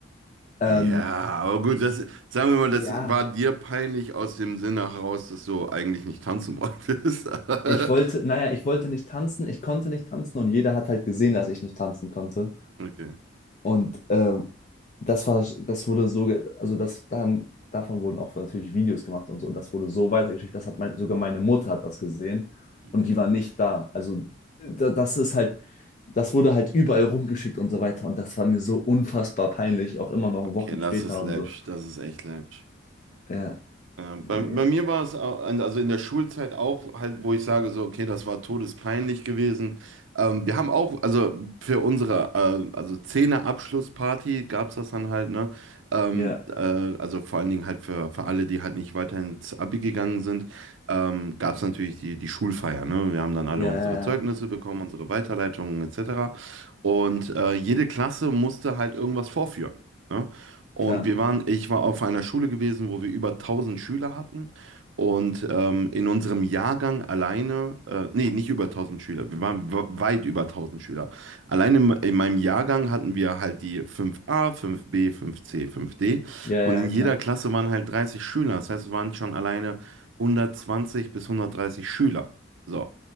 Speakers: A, on the left; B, on the right.
A: Ähm,
B: Ja, aber gut, das, sagen wir mal,
A: ja,
B: das war dir peinlich aus dem Sinne heraus, dass du eigentlich nicht tanzen wolltest. <laughs>
A: ich wollte, naja, ich wollte nicht tanzen, ich konnte nicht tanzen und jeder hat halt gesehen, dass ich nicht tanzen konnte.
B: Okay,
A: Und ähm, das war, das wurde so, ge- also das dann, davon wurden auch natürlich Videos gemacht und so. Und das wurde so weitergeschickt, das hat mein, sogar meine Mutter hat das gesehen
B: okay.
A: und die war nicht da. Also da, das ist halt, das wurde halt überall rumgeschickt und so weiter. Und das war mir so unfassbar peinlich, auch immer noch
B: Okay,
A: Wochen
B: das
A: später
B: ist läppisch,
A: und so.
B: das ist echt läppisch.
A: Ja,
B: Ja,
A: nee,
B: bei, bei mir war es au- also in der Schulzeit auch halt, wo ich sage so, okay, das war todespeinlich gewesen. Ähm, wir haben auch, also für unsere äh, also Zehner-Abschlussparty gab es das dann halt, ne? Ähm,
A: ja,
B: äh, also vor allen Dingen halt für, für alle, die halt nicht weiter ins Abi gegangen sind, ähm, gab es natürlich die, die Schulfeier, ne? Wir haben dann alle
A: ja,
B: unsere
A: ja,
B: Zeugnisse
A: ja,
B: bekommen, unsere Weiterleitungen etc. Und äh, jede Klasse musste halt irgendwas vorführen. ne? Und
A: klar.
B: wir waren, ich war auf einer Schule gewesen, wo wir über tausend Schüler hatten. Und ähm, in unserem Jahrgang alleine, äh, nee, nicht über tausend Schüler, wir waren we- weit über tausend Schüler. Alleine in, in meinem Jahrgang hatten wir halt die fünf a fünf b fünf c fünf d
A: Ja,
B: Und in
A: ja,
B: jeder
A: klar.
B: Klasse waren halt 30 Schüler. Das heißt, es waren schon alleine 120 bis 130 Schüler. So,